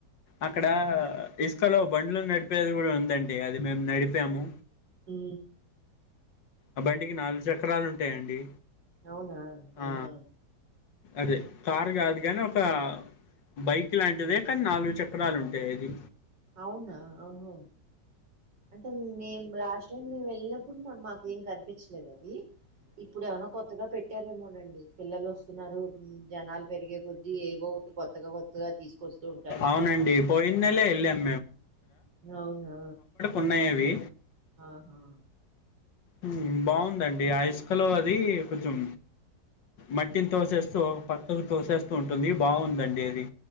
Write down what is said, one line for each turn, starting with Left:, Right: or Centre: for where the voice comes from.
Left: అక్కడ ఇసుకలో బండ్లు నడిపేది కూడా ఉందండి అది మేము నడిపాము
Right: ఉ
Left: అ బండికి నాలుగు చక్రాలు ఉంటాయండి
Right: అవునా
Left: ఆ
Right: ఆహా
Left: అదే కారు కాదు గాని ఒక బైక్ లాంటిదే కానీ నాలుగు చక్రాలు ఉంటాయి ఇది
Right: అవునా ఓహో అంటే మేము లాస్ట్ టైం మేము వెళ్ళినప్పుడు మాకు ఏం కనిపించలేదు అవి ఇప్పుడు ఏమైనా కొత్తగా పెట్టారేమోనండి పిల్లలు వస్తున్నారు జనాలు పెరిగే కొద్ది ఏవో ఒకటి కొత్తగా వత్తే తీసుకొస్తూ ఉంటారు కదా
Left: అవునండి పోయిన నెలే వెళ్ళాం
Right: అవునా
Left: ఉన్నాయ అవి
Right: ఆహా
Left: ఉ బాగుందండి ఆ ఇసుకలో అది కొంచెం మట్టిని తోసేస్తూ పక్కకు తోసేస్తూ ఉంటుంది బాగుందండి అది